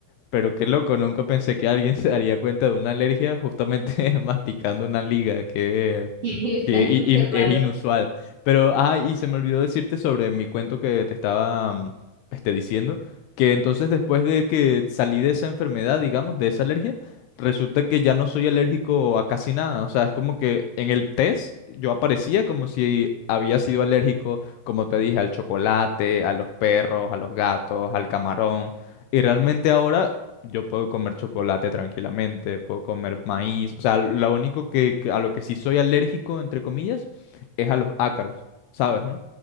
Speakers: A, on the left (about 80°); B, on the right (about 60°).
A: Pero qué loco, nunca pensé que alguien se daría cuenta de una alergia justamente <laughs> masticando una liga, que,
B: <laughs> está
A: que i-
B: súper
A: in-
B: raro.
A: es inusual. Pero, ah, y se me olvidó decirte sobre mi cuento que te estaba mm, este, diciendo, que entonces después de que salí de esa enfermedad, digamos, de esa alergia, resulta que ya no soy alérgico a casi nada. O sea, es como que en el test yo aparecía como si había sido alérgico, como te dije, al chocolate, a los perros, a los gatos, al camarón. Y realmente ahora yo puedo comer chocolate tranquilamente, puedo comer maíz. O sea, lo único que, que- a lo que sí soy alérgico, entre comillas, es a los ácaros, ¿sabes, no?